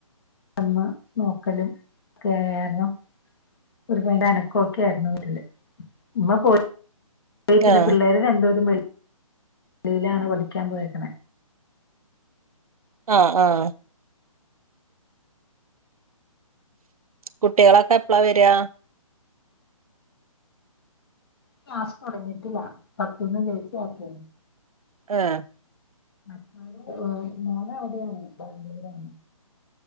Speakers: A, on the left; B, on the right.
A: വന്ന് നോക്കലും ഒക്കെയായാർന്നു ഒരുപാട് അനക്കൊക്കായാർന്നു വീട്ടില് ഉമ്മ പോയി പിന്നെ
B: ആഹ്
A: പിള്ളാര് രണ്ടുപേരും വെളി വെളിയിലാണ് പഠിക്കാൻ പോയേക്ക്ണെ
B: ആഹ് ആഹ് കുട്ടീളൊക്ക എപ്പ്ളാ വര്യാ
A: ക്ലാസ്സ്‌ തൊട്ങ്ങീട്ടില്ല പത്ത്ന്ന് ജയിച്ചാക്കെ
B: ആഹ്
A: മറ്റോര് ഓഹ് മോനവടേണ് ബാംഗ്ലൂരാണ്